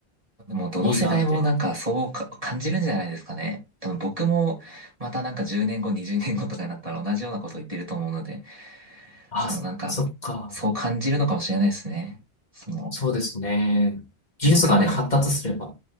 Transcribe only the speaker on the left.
ん。いいなって。
あ、
そ、そっか。
そうですね。技術がね、
発達すれば、